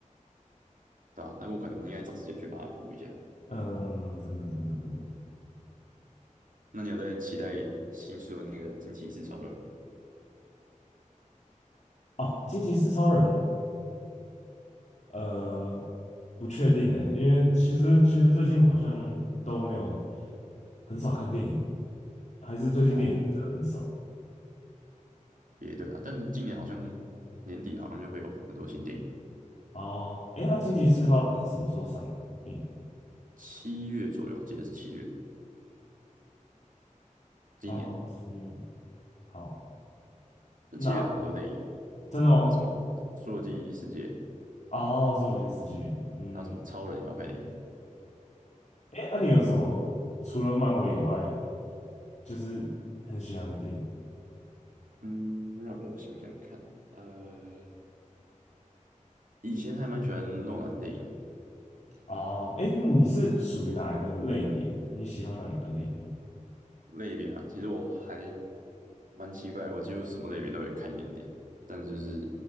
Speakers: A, on the right (about 80°); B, on the left (about 60°).
A: 对吧、啊？那我可能应该找时间去把它补一下。
B: 嗯，真的真的真的。
A: 那你有在期待新书的那个惊奇四超人吗？
B: 哦，惊奇四超人，呃，不确定呢，因为其实其实最近好像都没有很少看电影欸，还是最近电影是真的很少。
A: 哦，也对啊，但今年好像年底好像就会有很多新电影，
B: 哦，哎，那惊奇四超人是什么时候上映？
A: 什么七月左右，记得是七月，今年
B: 哦，七月，好，
A: 那七月很多电影，
B: 那真的哦。
A: 那什么《侏罗纪世界》，
B: 哦，侏罗纪世界，嗯，
A: 还有什么超人要拍电影。
B: 哎，那、你有什么除了漫威以外，就是很喜欢的电影
A: 嗯，让我想想看，呃，以前还蛮喜欢诺兰电影，
B: 啊？哎、你是属于哪一个类别的？你喜欢哪一个类别
A: 类别啊，其实我还蛮奇怪的我几乎什么类别都会看一点点，但就是